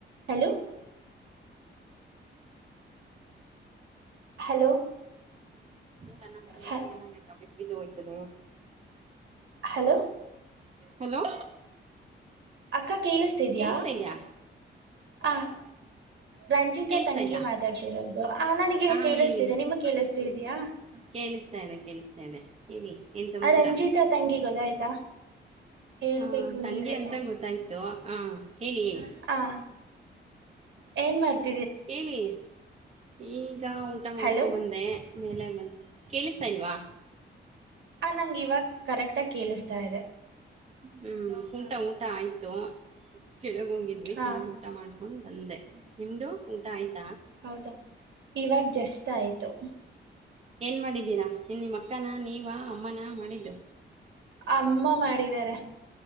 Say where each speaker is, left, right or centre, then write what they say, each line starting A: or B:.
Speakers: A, on the right; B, on the right.
A: Hello hello
B: ನನ್ನ್ plate
A: ಹ
B: ಏನಾಗೈತ ಬಿದ್ ಬಿದ್ದು ಹೋಯ್ತದೆ
A: ಹಲೋ
B: ಹಲೋ
A: ಅಕ್ಕ ಕೇಳಿಸತಿದ್ಯಾ
B: ಕೇಳಿಸ್ತಾ ಇದ್ಯಾ
A: ಹ ರಂಜಿತಾ
B: ಕೇಳಿಸ್ತಾ
A: ತಂಗಿ
B: ಇದ್ಯಾ
A: ಮಾತಾಡ್ತಿರೋದು ಆ ನನಗ ಇವಾಗ
B: ಹಾ
A: ಕೇಳಿಸ್ತಿದೆ
B: ಹೇಳಿ
A: ನಿಮ್ಗ್ ಕೇಳಿಸ್ತ ಇದಯಾ
B: ಕೇಳಿಸ್ತಾ ಇನೆ ಕೇಳಿಸ್ತಾ ಇನೆ ಹೇಳಿ ಏನ್ ಸಮಾಚಾರ
A: ಆ ರಂಜಿತಾ ತಂಗಿ ಗೊದ ಆಾಯ್ತಾ ಹೇಳ್ಬೇಕು
B: ಆ ತಂಗಿ
A: ನೀವೇ
B: ಅಂತ ಗೊತ್ತಾಯ್ತು ಹಾ ಹೇಳಿ ಹೇಳಿ
A: ಆ ಏನ್ ಮಾಡ್ತಿ
B: ಹೇಳಿ ಈಗ ಊಟ ಮಾಡ್ಕೊಬಂದೆ
A: ಹಲೋ
B: ಮೇಲೆ ಬಂದು ಕೇಳಿಸ್ತಾ ಇಲ್ವಾ
A: ಆ ನಂಗ ಇವಾಗ ಕರೆಕ್ಟ್ಗ ಕೇಳಿಸತಾ ಇದೆ
B: ಹ್ಮ್ ಊಟ ಊಟ ಆಯ್ತು ಕೆಳಗ ಹೋಗಿದ್ವಿ
A: ಹಾ
B: ಕೆಳಗ ಊಟ ಮಾಡ್ಕೊಂಡ್ ತಂದೆ ನಿಮ್ದು ಊಟ ಆಯ್ತು
A: ಹೌದಾ ಇವಾಗ ಜಸ್ತ್ ಆಯ್ತು
B: ಏನ್ ಮಾಡಿದ್ದೀರಾ ನಿ ನಿಮ್ಮ ಅಕ್ಕನ ನೀವ ಅಮ್ಮನ ಮಾಡಿದ್ದು
A: ಅಮ್ಮ ಮಾಡಿದಿದ್ದಾರೆ